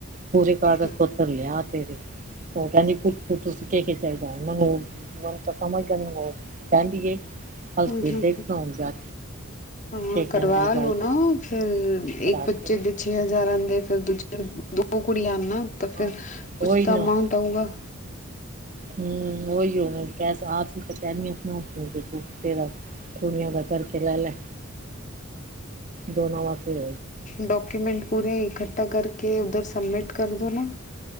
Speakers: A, on the right; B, on the left.
A: ਪੂਰੇ ਕਾਗਜ਼
B: ਤਾਂ,
A: ਪੱਤਰ ਲਿਆ ਤੇਰੇ ਫਟ-ਕੁੂਟ-ਫੂਟ ਸੁਖੇ ਖਿਚ ਜਾ ਮਨੂੰ। ਤਾਂ ਸਮਝਦਾ ਨਹੀਂ ਉਹ, ਕਹਿੰਦੀ ਏ ਹਲ
B: ਹਾਂ ਹਾਂ
A: ਦੇਖ ਜਾ।
B: ਹਾਂ।
A: ਕੇ ਕਹਿੰਦੀ
B: ਕਰਵਾ
A: ਬਾਈ
B: ਲਓ ਨਾ ਫਿਰ
A: ਕਰਾ
B: ਇੱਕ ਬੱਚੇ
A: ਕੇ
B: ਦੇ। ਛੇ ਹਜ਼ਾਰ ਆਉਂਦੇ, ਫਿਰ ਦੂਜੇ ਦੋ ਕੁੜੀ ਆ ਉਂ ਨਾ। ਤਾਂ ਫਿਰ
A: ਹਾਂ
B: ਕੁਛ
A: ਉਹੀ
B: ਤਾਂ
A: ਨਾ
B: ਅਮਾਊਂਟ ਆਊਗਾ।
A: ਹਮ, ਉਹੀ ਹੋਨ ਕ ਆਪ ਤਾਂ ਕਹਿ ਆਪਣਾਰਾ। ਕੁੜੀਆਂ ਦਾ ਕਰਕੇ, ਲੈ-ਲੈ ਦੋਨੋ ਵਾਸਤੇ।
B: ਡਾਕੂਮੈਂਟ ਪੂਰੇਏ ਇਕੱਠਾ ਕਰਕੇ ਉੱਧਰ ਸਬਮਿਟ ਕਰ ਦਿਉ ਨਾ।